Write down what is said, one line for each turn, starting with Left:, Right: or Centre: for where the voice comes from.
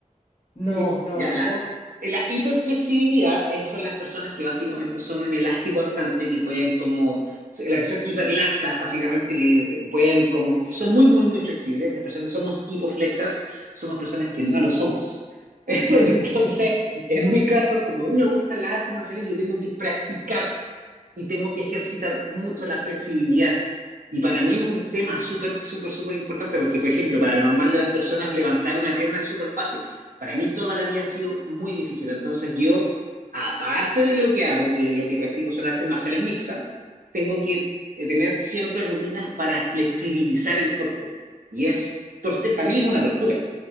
Left: No,
Right: Y
Left: no,
Right: ya,
Left: no,
Right: la,
Left: lo...
Right: la hiperflexibilidad es- son las personas que básicamente son un elástico andante que pueden como, las que son hiperlaxas básicamente, que se- pueden como, son muy, muy, muy flexibles. Las personas que somos hipoflexas somos personas que no lo somos. <laughs> Entonces, en mi caso, como a mí me gustan las artes marciales, yo tengo que practicar y tengo que ejercitar mucho la flexibilidad. Y para mí es un tema súper, súper, súper importante, porque, por ejemplo, para el normal de las personas levantar una pierna es súper fácil. Para mí toda la vida ha sido muy difícil. Entonces yo, aparte de lo que hago, que lo que practico son artes marciales mixtas, tengo que eh, tener siempre rutinas para flexibilizar el cuerpo. Y es, torte- para mí es una tortura,